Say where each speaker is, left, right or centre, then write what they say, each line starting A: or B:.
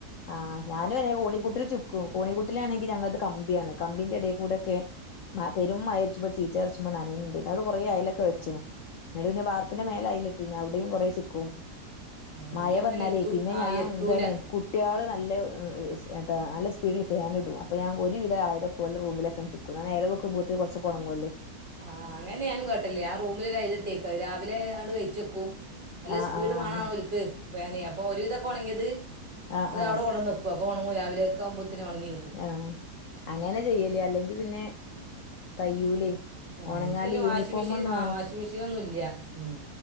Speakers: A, on the left; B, on the right.
A: ആഹ്ഞാനും എന്നെ ഓണിക്കൂട്ടി ചു ക്കും കോണിക്കുട്ടിലാണെങ്കിൽ ഞങ്ങളത് കമ്പിയാണ് കമ്പിന്റെ എടെ കൂടെക്കെ മ പെരും മയത്ത് ചീറ്റർച്ചുമ്പം നനയ്ണ്ട് നാത് കൊറെ ആയലൊക്കെ വെച്ണ്. ന്നെലെ പ്ന്നെ ബാർപ്പ്ന്റെ മേല അയില്ലട്ടിഞാ അവ്ടിം കൊറേ ച്ചിക്കും.
B: ആ
A: മയ
B: ഇൻ്റെ അങ്ങനെ
A: വന്നാലേ
B: എത്തു
A: പിന്നെ
B: ആ
A: ഞാൻ
B: എത്തൂല
A: എന്താണ് ക്കു കുട്ടെള് നല്ല എത്താ നല്ല സ്പീഡിൽ ഫാനിടും അപ്പഞാ ഒരുവിധ ആയതൊ ഓലറൂമിലേകണ്ട് കുനാ നേരം വെക്കുമ്പോത്തിന് കൊർ ചൊകൊൺങ്ങല്ലോ.
B: ആഹ് അങ്ങനെ ഞാനും കാട്ടല് ആ റൂമിലൊരുഅയലെട്ടിയക്കാ രാവിലെ ആണ്ട് കയിച്ചെക്കും അല്ല
A: ആഹ്
B: സ്പീഡ്
A: ആഹ്
B: മാണാണോൽക്ക്
A: അങ്ങനെ
B: ഫേന് അപ്പൊ ഒരുവിധൊക്കെ ഒൺങ്ങിയത്
A: ആഹ്
B: ത്
A: ആഹ്
B: അവ്ടെ കൊൺനോ കുപ്പഒൺങ്ങു രാവിലെക്കെമ്പോത്ത്ന് ഒൺങ്ങി
A: ആഹ അങ്ങനെ ചെയ്യല് അല്ലെങ്കി പിന്നെ കയ്യൂലേ
B: ഏ
A: ഉണങ്ങാല്
B: ഇൻക്ക് വിന്നെ
A: യൂണിഫോം
B: വാഷിമിഷീനാ
A: ഒന്നും
B: വാഷിമിഷീനൊന്നുല്ല ഉം